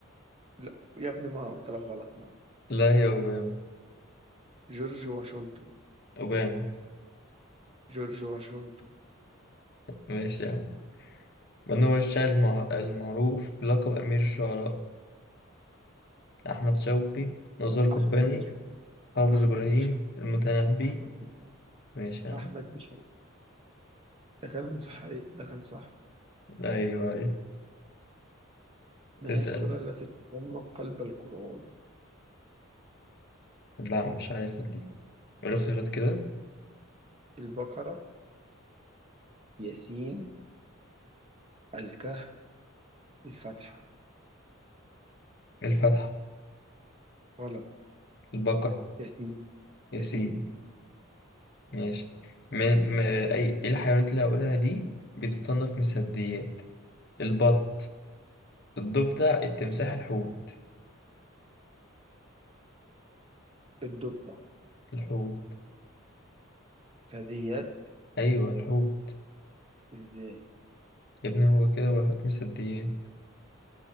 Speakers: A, on the right (about 30°); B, on the left (about 50°).
A: لا يا ابني ما أنا قلت لك غلط مرة
B: لا هي أوباما
A: جورج واشنطن
B: أوباما
A: جورج واشنطن
B: ماشي يا عم من هو الشاعر المع... المعروف بلقب أمير الشعراء أحمد شوقي نزار قباني
A: أحمد بيشاوي
B: حافظ
A: أحمد
B: إبراهيم
A: بيشاوي
B: المتنبي
A: أحمد بيشاوي
B: ماشي يا
A: أحمد
B: عم
A: بيشاوي ده كان صحيح ده كان صح
B: أيوة أيوة
A: ما
B: اسأل
A: هي السورة التي تسمى قلب القرآن؟
B: لا مش عارف دي الاختيارات كده
A: البقرة ياسين الكهف الفاتحة
B: الفتح
A: غلط
B: البقر
A: ياسين
B: ياسين
A: ياسين
B: ماشي من م... أي إيه الحيوانات اللي هقولها دي بتتصنف من الثدييات البط الضفدع التمساح الحوت
A: الضفدع
B: الحوت
A: ثدييات
B: ايوه الحوت
A: ازاي
B: يا ابني هو كده هو الحوت مصديات